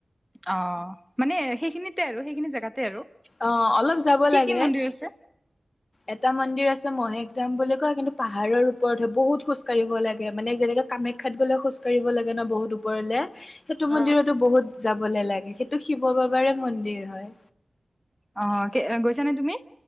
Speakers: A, in the centre; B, on the left.
A: অ', মানে সেইখিনিতে আৰু সেইখিনি জেগাতে আৰু।
B: অ' অলপ যাব
A: কি
B: লাগে।
A: কি মন্দিৰ আছে
B: এটা মন্দিৰ আছে মহেক দাম বুলি কয় কিন্তু পাহাৰৰ ওপৰত হয় বহুত খোজ কাঢ়িব লাগে, মানে যেনেকে কামাখ্যাত গলে খোজ কাঢ়ি কাৰিব লাগে ন বহুত ওপৰলে সেইটো
A: অ
B: মন্দিৰতো বহুত যাবলে লাগে সেইটো শিৱ বাবাৰে মন্দিৰ হয়।
A: অ' গৈছানে তুমি